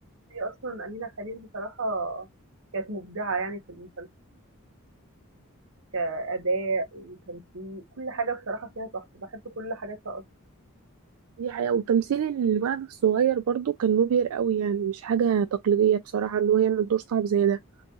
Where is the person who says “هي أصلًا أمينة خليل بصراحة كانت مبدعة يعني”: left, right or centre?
Right